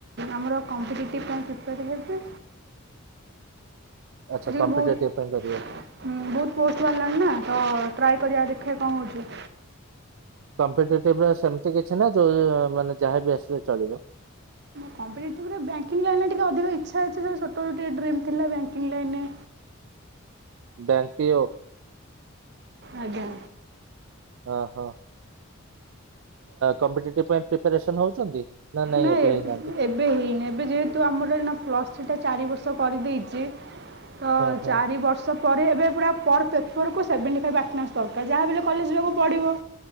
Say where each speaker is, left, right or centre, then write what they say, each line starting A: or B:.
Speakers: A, on the right; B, on the right.
A: ଆମର କମପିଟେଟିଭ୍ ପାଇଁ ପ୍ରୀପେର୍ ହେବି।
B: ଆଚ୍ଛା
A: ଏ
B: କମ୍ପିଟେଟିଭ
A: ବହୁ
B: ପାଇଁ କରିବେ
A: ବହୁତ ପୋଷ୍ଟ ବାହାରିଲାନି ନା ତ ଟ୍ରାଏ କରିବା ଦେଖିବା କଣ ହଉଚି।
B: କମ୍ପୀଟେଟିଭ୍ ସେମତି କିଛି ନା ଯୋଉ ମାନେ ଯାହାବି ଆସିଲେ ଚଳିବ।
A: କମ୍ପିଟେଟିଭ ରେ ବ୍ୟାଙ୍କିଙ୍ଗ ଲାଇନ୍ ରେ ଅଧିକା ଇଛା ଅଛି ଛୋଠ ବେଳେ ଗୋଟେ ଡ୍ରିମ୍ ଥିଲା ବ୍ୟାଙ୍କିଙ୍ଗ ଲାଇନ୍ ରେ
B: ବ୍ୟାଙ୍କ ପିଓ।
A: ଆଜ୍ଞା।
B: ଓହୋ କମ୍ପିଟେତିଭ ପାଇଁ ପ୍ରିପାରେସନ ହଉଛନ୍ତି। ନା ନାଇଁ
A: ନାଁ
B: ଏବେ ହେଇନାହାନ୍ତି
A: ଏବେ ହେଇନି ଏବେ ଯେହେତୁ ଆମର ପ୍ଲସ୍ ଥ୍ରୀ ଟା ଚାରି ବର୍ଷ କରିଦେଇଛି। ତ
B: ହଁ ହଁ
A: ଚାରି ବର୍ଷ ପରେ ଏବେ ପୁରା ପର୍ ପେପରକୁ ସେଭେଣ୍ଟି ଫାଇଭ୍ ଆଟନାନ୍ସ ଦରକାର ଯାହାବଲେ କଲେଜ ଯିବାକୁ ପଡ଼ିବ।